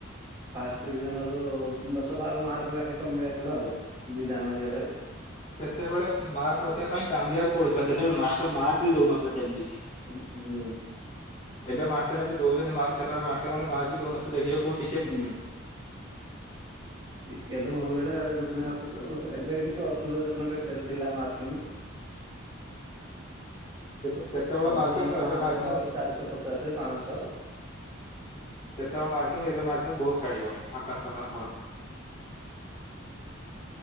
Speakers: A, on the right; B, on the left.
A: ଫାଷ୍ଟ ଡିଭିଜନ ରୁ ଦଶ ବାର ମାର୍କ ଲେଖେ କମି ଯାଇଥିଲା ଆଉ ଦି ଟାଙ୍କ ଇଏରେ ଆଉ।
B: ସେତେବେଳେ ମାର୍କ ରଖିବା ପାଇଁ କାନ୍ଦିିବାକୁ ପଡୁଥିଲା ସେତେବେଳେ ମାର ମାର୍କ ବି ଦଉନଥିଲେ ସେମିତି।
A: ଉ ହୁଁ।
B: ଏବେ ମାଷ୍ଟର ଯେମତି ଦଉଛନ୍ତି ମାର୍କ ସେତବେଳେ ମାଷ୍ଟର ମାନେ ମାର୍କ ବି ଦଉନଥିଲେ ଦେଖିବା କୋଉ
A: ହୁଁ।
B: ହ
A: ଟିକେ ତ ଭୁଲ୍ ହେଲେ ଗାରେଇ ଦଉଛନ୍ତି ଏବେଠି ପ୍ଲସ ଟୁରେ ଦେଖୁନା କେତେ ଡିଲା ମାର୍କିଂ।
B: ସେ ସେତେବେଳେ
A: ସବୁେ
B: ମାର୍କିଂ
A: ପାଞ୍ଚଶହ
B: ଏବେ ମାର୍କିଂ
A: ପ୍ଲସ ଚାରିଶହ ପଚାଶ ପାଞ୍ଚଶହ।
B: ସେତେବେଳେ ମାର୍କିଂ ଏବେ ମାର୍କିଂ ବହୁତ ଛାଡିବ ଆକାଶ ପାତଳ ଫରକ।